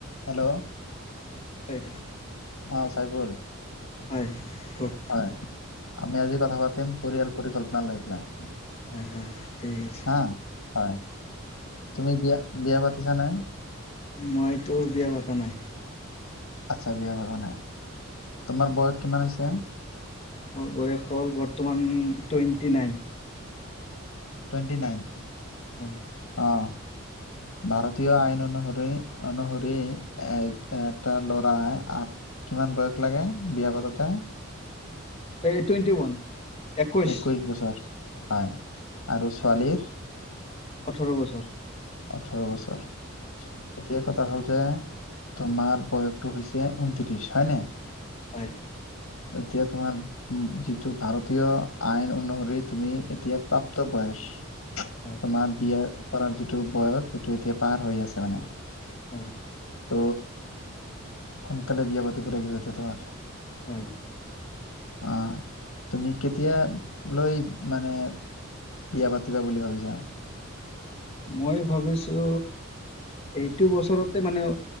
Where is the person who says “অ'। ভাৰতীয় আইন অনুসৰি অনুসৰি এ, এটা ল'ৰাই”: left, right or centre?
Left